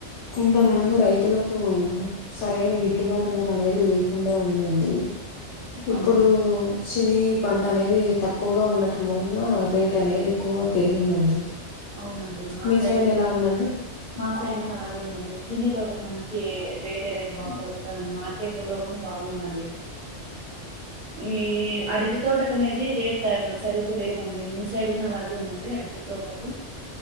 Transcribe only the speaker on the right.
అవును
అవునండి మా
సైడ్ కూన
మా సైడ్ ను అలాగే ఏమది చినీ తోటకి మంచి రేట్ అనేది బాగా పలుకుతనం మార్కెట్లలో కూడా బాగుందండి ఈ అరటి తోటకు అనేది రేట్ తగ సరిగ్గా లేదండి మీ సైడ్ కూడా అలాగే ఉందండి అరటి తోటకు